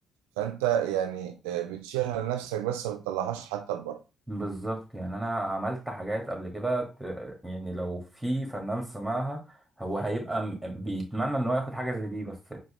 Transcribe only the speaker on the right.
فانت يعني آه، بتشيلها لنفسك بس ما بتطلعهاش حتى لبره